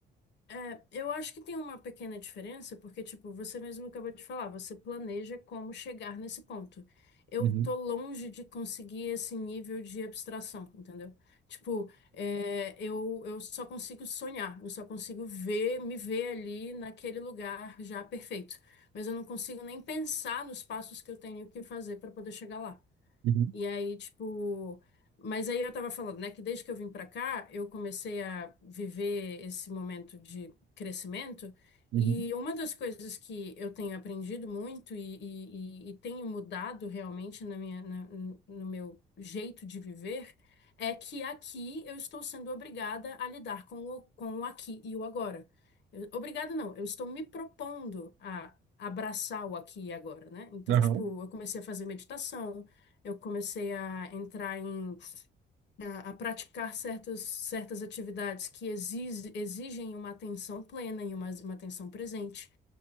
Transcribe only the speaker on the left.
É, eu acho que tem uma pequena diferença, porque, tipo, você mesmo acabou de falar, você planeja como chegar nesse ponto. Eu
tô longe de conseguir esse nível de abstração, entendeu? Tipo, é, eu, eu só consigo sonhar, eu só consigo ver, me ver ali naquele lugar já perfeito. Mas eu não consigo nem pensar nos passos que eu tenho que fazer para poder chegar lá.
E aí, tipo. Mas aí eu tava falando, né, que desde que eu vim pra cá, eu comecei a viver esse momento de crescimento.
E uma das coisas que eu tenho aprendido muito e, e- e- e tenho mudado realmente na minha, na- no meu jeito de viver é que aqui eu estou sendo obrigada a lidar com o, com o aqui e o agora. Eu- Obrigada, não, eu estou me propondo a abraçar o aqui e agora, né? Então,
tipo, eu comecei a fazer meditação. Eu comecei a entrar em a, a praticar certas, certas atividades que exige- exigem uma atenção plena e uma, uma atenção presente.